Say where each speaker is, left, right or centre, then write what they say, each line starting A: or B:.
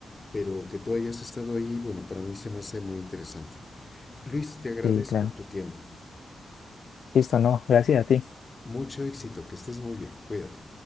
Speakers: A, on the left; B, on the left.
A: pero que tú hayas estado ahí, bueno, para mí se me hace muy interesante. Luis, te agradezco
B: Sí, claro.
A: tu tiempo.
B: Listo, no, gracias a ti.
A: Mucho éxito, que estés muy bien, cuídate.